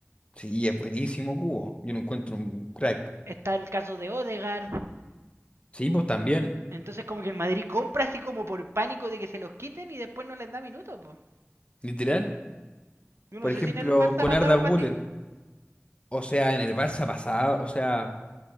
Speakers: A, on the left (about 25°); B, on the right (about 70°).
A: Sí, es buenísimo Cubo. Yo no encuentro un crack.
B: Está el caso de Odegaard.
A: Sí, pues también,
B: Entonces como que el Madrid compra así como por pánico de que se los quiten y después no les da minutos. po.
A: literal.
B: Yo no
A: Por
B: sé
A: ejemplo,
B: si en el Barça
A: con
B: ha
A: Arda
B: pasado algo
A: Güler.
B: así.
A: O sea, en el Barça pasado, o sea,